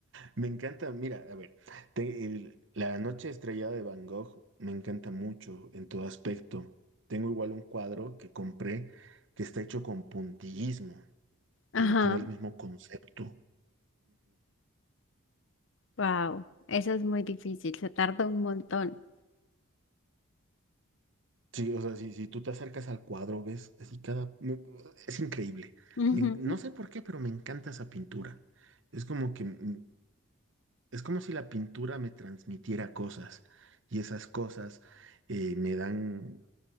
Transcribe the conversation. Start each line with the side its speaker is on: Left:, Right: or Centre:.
Right: Me encanta, mira, a ver, te- el- La noche estrellada de Van Gogh me encanta mucho en todo aspecto. Tengo igual un cuadro que compré que está hecho con puntillismo,
Left: Ajá.
Right: pero tiene el mismo concepto.
Left: Wow, eso es muy difícil, se tarda un montón.
Right: Sí, o sea, si, si tú te acercas al cuadro, ves, así cada... me- es increíble.
Left: Ujú,
Right: Me en- no sé por qué, pero me encanta esa pintura. Es como que... mm, Es como si la pintura me transmitiera cosas y esas cosas eh, me dan...